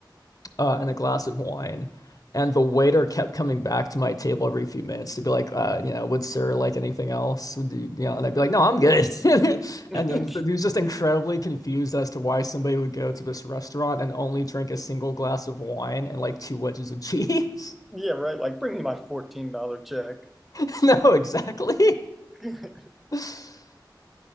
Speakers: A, on the left; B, in the centre.
A: uh, and a glass of wine. And the waiter kept coming back to my table every few minutes to be like, uh, you know, would sir like anything else? Would you, you know, and I'd be like, no, I'm good. <laughs>
B: <laughs>
A: And then but he was just incredibly confused as to why somebody would go to this restaurant and only drink a single glass of wine and like two wedges of <laughs> cheese.
B: Yeah, right. Like bring me my $14 check.
A: <laughs> no, exactly.
B: <laughs>
A: <laughs>